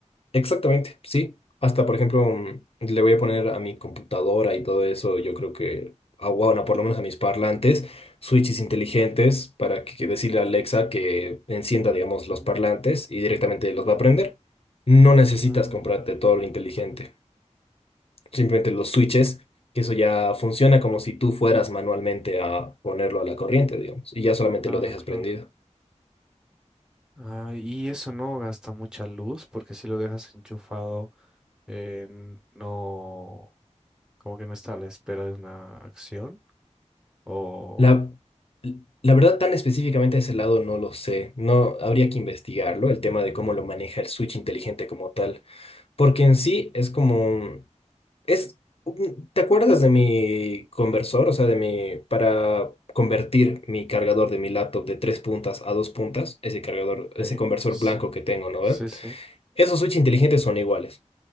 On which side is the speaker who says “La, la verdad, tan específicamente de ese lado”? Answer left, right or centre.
Left